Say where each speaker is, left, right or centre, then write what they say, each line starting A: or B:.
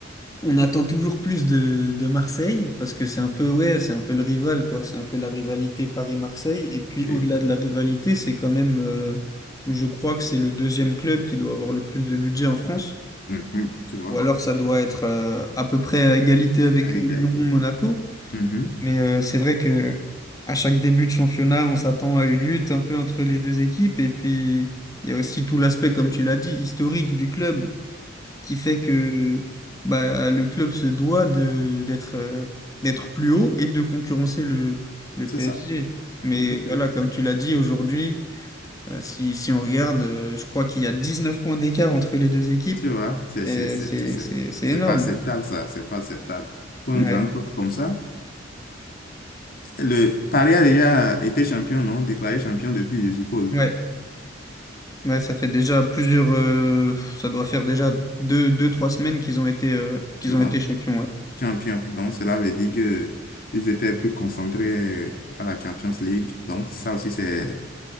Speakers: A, on the left; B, on the left.
A: On attend toujours plus de, de Marseille parce que c'est un peu ouais, c'est un peu le rival quoi, c'est un peu la rivalité Paris-Marseille et puis
B: Et-
A: au-delà de la rivalité, c'est quand même euh, je crois que c'est le deuxième club qui doit avoir le plus de budget en France
B: Mhm. Tu vois,
A: ou alors ça doit être euh, à peu près à égalité avec
B: à
A: euh,
B: égalité.
A: Lyon, Monaco,
B: Mhm.
A: mais euh, c'est vrai que à chaque début de championnat, on s'attend à une lutte un peu entre les deux équipes et puis il y a aussi tout l'aspect comme tu l'as dit historique du club qui fait que bah, le club se doit de d'être euh, d'être plus haut et de concurrencer le, le
B: C'est
A: PSG.
B: ça.
A: Mais
B: Effectivement.
A: voilà, comme tu l'as dit aujourd'hui, euh, si, si on regarde, euh, je crois qu'il y a 19 points d'écart entre les deux équipes
B: Tu vois, c'est
A: et
B: c'est- c'est-
A: c'est
B: c'est-
A: c'est- c'est
B: c'est
A: énorme.
B: pas acceptable ça, c'est pas acceptable. Pour
A: Ouais,
B: un grand club comme ça, le Paris a déjà été champion, non? Déclaré champion depuis, je suppose.
A: ouais, ouais, ça fait déjà plusieurs, euh, ça doit faire déjà deux, deux, trois semaines qu'ils ont été euh, qu'ils
B: Tu vois.
A: ont été champions, ouais.
B: Champions. Donc, cela veut dire que ils étaient plus concentrés à la Champions League. Donc, ça aussi, c'est